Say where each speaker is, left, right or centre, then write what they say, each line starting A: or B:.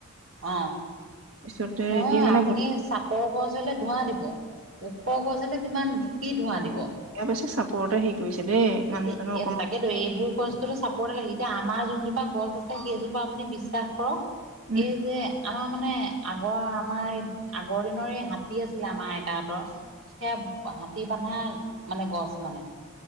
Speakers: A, on the right; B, on the right.
A: অ
B: পিছতে
A: নহয়
B: এতিয়া মানে
A: আপুনি
B: ঘ
A: চাপৰ গছ হলে ধোঁৱা দিব, ওখ গছ হলে কিমান কি ধোঁৱা দিব
B: বেছি চাপৰতে হেৰি কৰিছে দেই। মানুহজনৰ
A: এতিয়া
B: অকমান
A: তাকে ত এইবোৰ বস্তু চাপৰে লাগি এতি আমাৰ যোনজোপা গছ আছে সেইজোপা আপুনি বিশ্বাস কৰক,
B: উম
A: এই যে আমাৰ মানে আগৰ আমাৰ আগৰ দিনৰ এই হাতী আছিলে আমাৰ আইত তাহতৰ সেয়া হাতী বন্ধা মানে গছ মানে।